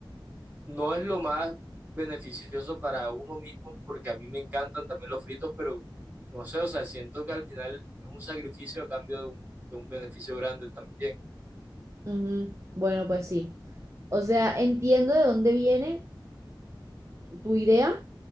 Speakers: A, on the right; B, on the right.
A: no es lo más beneficioso para uno mismo, porque a mí me encantan también los fritos, pero no sé, o sea, siento que al final es un sacrificio a cambio de un, de un beneficio grande también.
B: Ujú, Bueno, pues sí. O sea, entiendo de dónde viene tu idea,